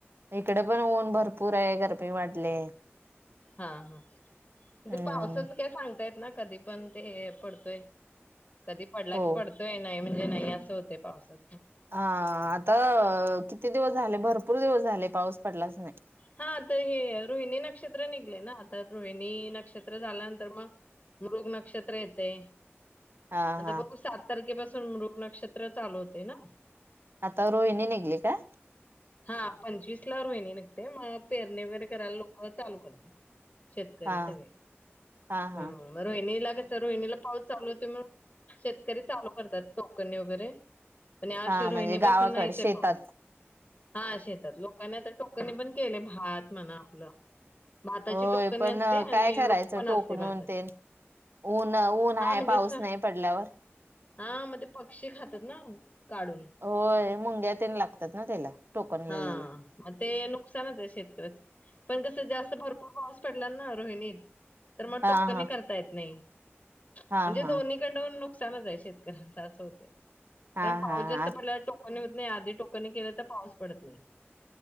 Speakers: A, on the right; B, on the left.
A: इकडे पण ऊन भरपूर आहे गरमी वाढले.
B: हा हा
A: हम्म
B: ते पावसाच काय सांगतायेत ना कधी. पण ते पडतोय कधी पडला
A: हो
B: की पडतोय नाही म्हणजे नाही असं होते पावसात.
A: हा आता किती दिवस झाले? भरपूर दिवस झाले. पाऊस पडलाच नाही.
B: हा तर हे रोहिणी नक्षत्र निघले ना आता रोहिणी नक्षत्र झाल्यानंतर मग मृग नक्षत्र येते.
A: हा
B: आता
A: हा
B: बघू सात तारखेपसून मृग नक्षत्र चालू होते ना.
A: आता रोहिणी निघली का?
B: हा पंचवीसला रोहिणी नकते, मग पेरणी वगैरे करायला लोक चालू करतो. शेतकरी
A: हा
B: सगळे
A: हा
B: हम्म.
A: हा
B: रोहिणीला रोहिणीला पाऊस चालू होतोय म्हणून शेतकरी चालू करतात टोकणी वगैरे. पण यावर्षी
A: हा
B: रोहिणी
A: म्हणजे गावाकड
B: पासून नाहीच आहे
A: शेतात.
B: पाऊस. हा शेतात लोकां आ टोकनी पण केले भात म्हणा आपलं भाताची
A: होय
B: टोकनी
A: पण
B: असते आणि
A: काय करायचं
B: रोप पण
A: टोकणन
B: असते भाताची
A: तेन ऊन ऊन आहे
B: हा म्हणजे
A: पाऊस
B: अस
A: नाही पडल्यावर
B: हा मग ते पक्षी खातात ना काढून
A: होय मुंग्या तेन लागतात ना त्याला. टोकनलेलेला
B: हा म ते नुकसानच आहे शेतकऱ्याच. पण कस जास्त भरपूर पाऊस पडला ना रोहिणीत. तर मग
A: हा
B: टोकनही
A: हा
B: करता येत नाही. म्हणजे
A: हा हा
B: दोन्हीकडंन नुकसानच आहे शेतकऱ्यांच असं होतय.
A: हा
B: कारण पाऊस
A: हा
B: जास्त पडला <unintelligible> नाही आधी टोकनी केलं तर पाऊस पडत नाही.